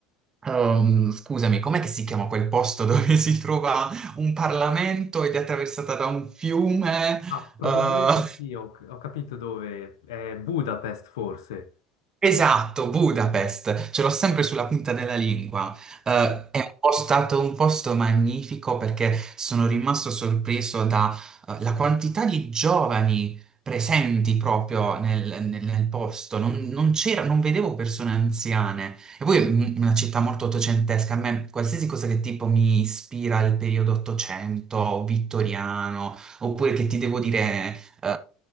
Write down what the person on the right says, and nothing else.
Ehm, scusami, com'è che si chiama quel posto dove <laughs> si trova un Parlamento ed è attraversata da un fiume?
Eh,
Esatto, Budapest, ce l'ho sempre sulla punta della lingua. Eh, è un po' stato un posto magnifico perché sono rimasto sorpreso dalla quantità di giovani presenti proprio nel, nel- nel posto. Non, non c'era, non vedevo persone anziane. E poi è un- una città molto ottocentesca. A me qualsiasi cosa che tipo mi ispira al periodo ottocento, vittoriano, oppure che ti devo dire eh,